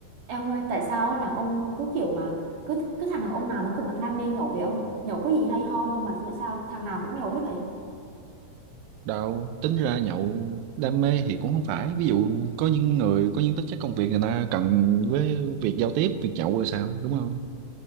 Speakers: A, on the right; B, on the right.
A: Em ông ơi, tại sao đàn ông cứ kiểu mà cứ cứ thằng đàn ông nào nó cũng đam mê nhậu vậy ông? Nhậu có gì hay ho đâu mà tại sao thằng nào cũng nhậu hết vậy?
B: Đâu, tính ra nhậu đam mê thì cũng không phải. Ví dụ có những người có những tính chất công việc người ta cần với việc giao tiếp, việc nhậu rồi sao, đúng không?